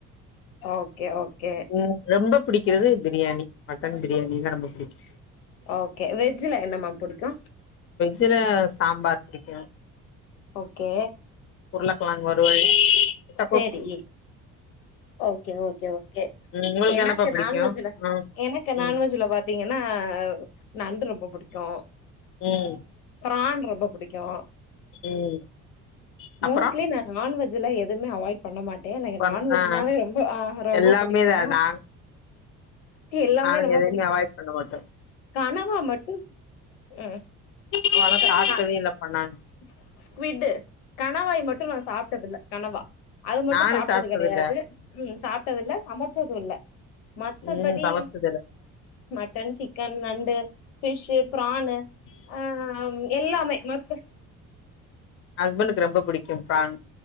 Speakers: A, on the left; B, on the left.
A: ஓகே ஓகே
B: ம் ரொம்ப புடிக்கிறது பிரியாணி மட்டன் பிரியாணி தா ரொம்ப பிடிக்கு
A: ஓகே வெஜ்ல என்ன மேம் புடிக்கு
B: சில சாம்பார் புடிக்கு
A: ஓகே
B: உருளகெழங்கு வறுவல் முட்டகோஸ்
A: சேரி ஓகே ஓகே ஓகே
B: உங்களுக்கு
A: எனக்கு
B: என்னப்பா பிடிக்கு
A: நான்வெஜ்ல
B: ம்
A: எனக்கு நான்வெஜ்ல
B: ம்
A: பா்த்திங்கனா நண்டு ரொ ரொம்ப புடிக்கு
B: ம்
A: ப்ரான் ரொம்ப புடிக்கு
B: ம்
A: மோஸ்ட்லி
B: அப்புறோ
A: நா நான்வெஜ்ல எதுமே அவாய்ட் பண்ண மாட் எனக்கு
B: பண்
A: நான்வெஜ்னாவே
B: ஆ
A: ரொம்ப அ ரொம்ப
B: எல்லாமே
A: புடிக்கு
B: தா நாங்
A: எல்லாமே
B: நாங்க
A: ரொம்ப
B: அவாய்ட் பண்ண மாட்ட
A: கணவா மட்டு ஸ் அ
B: அம்மாலா
A: க
B: சாப்ட்டதே
A: க
B: இல்லப்பா நானு
A: ஸ் ஸ்குவிட்டு கணவாய் மட்டு நா சாப்ட்டதில்ல கனவா அது மட்டு
B: நானு
A: சாப்ட்டது கெடையாது
B: இல்ல
A: ம் சாப்ட்டதில்ல சமைச்சது இல்ல மத்தபடி
B: ம் சமைச்சது இல்ல
A: மட்டன், சிக்கன், நண்டு, ஃபிஷ்ஷு ப்ரானு அ எல்லாமே மத்த
B: ஹஸ்பெண்டுக்கு ரொம்ப புடிக்கு ப்ரான்